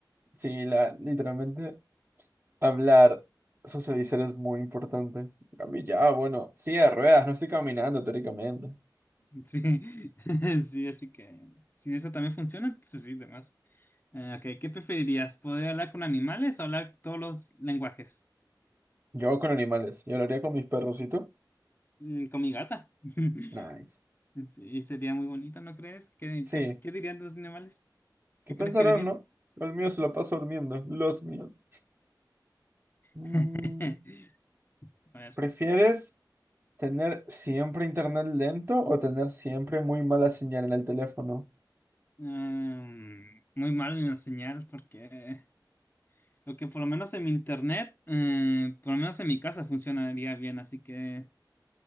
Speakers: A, on the right; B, on the left.
A: Sí, la, literalmente hablar, socializar es muy importante. A mí ya, bueno, sí, de ruedas, no estoy caminando teóricamente.
B: Sí, <laughs> sí, así que. Si eso también funciona, entonces sí, demás. Eh, ok, ¿qué preferirías? ¿Poder hablar con animales o hablar todos los lenguajes?
A: Yo con animales, yo lo haría con mis perros, ¿y tú?
B: Mm, Con mi gata. <laughs>
A: Nice.
B: Sí, sería muy bonita, ¿no crees? ¿Qué,
A: Sí,
B: qué, qué dirían los animales?
A: ¿qué
B: ¿Qué crees
A: pensarán,
B: que dirían?
A: no? El mío se lo pasa durmiendo, los míos. Mm,
B: <laughs> A ver.
A: ¿prefieres tener siempre internet lento o tener siempre muy mala señal en el teléfono?
B: mm, muy mal en enseñar porque... Porque por lo menos en mi internet, eh, por lo menos en mi casa funcionaría bien, así que...